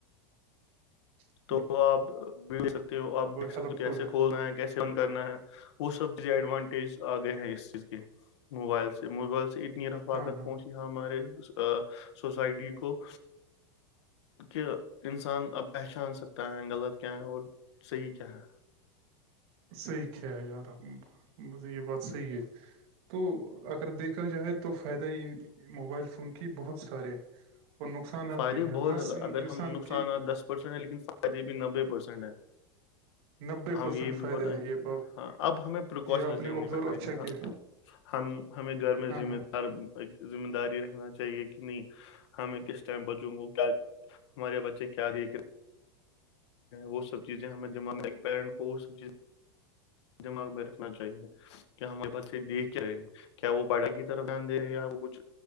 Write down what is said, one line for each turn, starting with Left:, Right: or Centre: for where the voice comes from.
Right: اچھا
Left: تو آپ بھی دیکھ سکتے ہو آپ دھ سکتے
Right: ہیلپ
Left: ہو کیسے
Right: فل ہے
Left: کھول رہے ہیں کیسے کرنا ہے وہ سب چز ایڈوانٹیج آگئے ہیں اس چیز کے موبائل سے موبائل سے اتنی رفاقت
Right: ہاں ہاں
Left: پہنچ ہمارے سوسائٹی کو کہ انسان اب پہچان سکتا ہے غلط کیا ہے اور صحیح کیا ہے
Right: صحی کیا ہے یار یہ بات صحیح ہے تو اگر دیکھا جائے تو فائدہ ہی ان موبائل فون کی بہت سارے ہے اور نقصانات
Left: فائدے
Right: ہے
Left: بھی بہت
Right: بس
Left: زیادہ
Right: انسان
Left: اگر ہم نقصانات
Right: کی
Left: دس پرسینٹ ہیں لیکن فائدے بھی نبے پرسینٹ ہیں
Right: نبے
Left: ہم
Right: پرسینٹ
Left: یہ
Right: فائدہ
Left: بھی بتائیں
Right: ہے
Left: گے
Right: یہ بات
Left: ہاں اب ہمیں پریکاشنس
Right: یہ آپ
Left: لینی
Right: نے ابزرو
Left: پڑیں
Right: اچھا
Left: گی ہاں
Right: کیا
Left: ہم ہمیں گھر میں
Right: ہاں
Left: ذمہ
Right: ہاں
Left: دار ذمہ داری رہنا چاہیے کہ نہیں ہمیں کس ٹائم بچوں کو کیا کیا ہمارے بچے کیا د وہ سب چیزیں ہمیں جمانہ کے پییرنٹ کو وہ سب چیزیں دماغ میں رکھنا چاہیے کہ ہمیں بچیے دیکھ کے رہے کیا وہ پڑھائی کی طرف دیان دے یا وہ کچھ